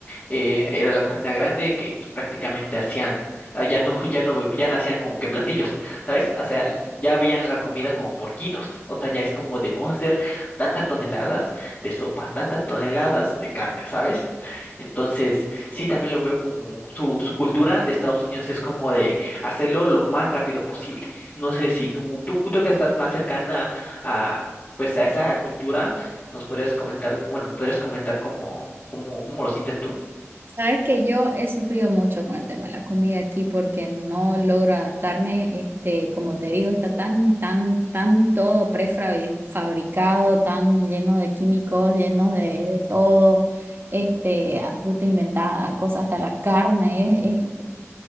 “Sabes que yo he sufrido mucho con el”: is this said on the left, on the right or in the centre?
Right